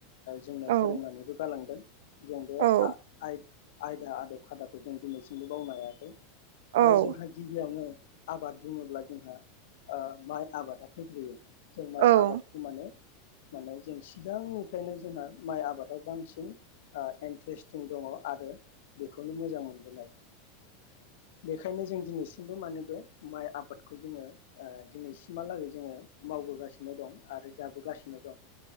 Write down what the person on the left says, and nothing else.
जोंनो
फोरोंनानैबो गालांदों जों बे
आयदा आदब खायदाखौ जों दिनैसिमबो बावनो हायाखै
जोंहा गिबियावनो आबाद बुङोब्ला जोंहा ओ माइ आबादा फैग्रोयो जों माइ
आबादखौ माने माने जों सिगांनिफ्रायनो जोंहा माइ आबादाव बांसिन ओ इन्टारेस्ट दङ आरो बेखौनो मोजां मोनबोनाय बेखायनो जों दिनैसिमबो माने बे माइ आबादखौ जोङो ओ दिनैसिम <unintelligible> जोङो मावबोगासिनो नो दं आरो जाबोगासिनो दं